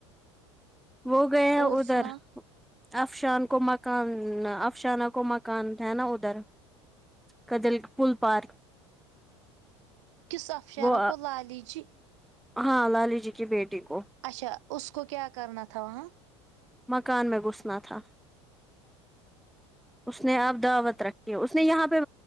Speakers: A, in the centre; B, on the right (about 75°).
A: وہ گئے ہے
B: اور
A: ادھر
B: سنا
A: افشان کو مکان افشانہ کو مکان تھا نا ادھر قدل پل پارک
B: کس افشانہ
A: وہ
B: کو لالی جی
A: ہاں لالی جی کی بیٹی کو
B: اچھا اس کو کیا کرنا تھا ہاں
A: مکان میں گھوس نا تھا اس نے آپ دعوت رکھی اس نے یہاں پہ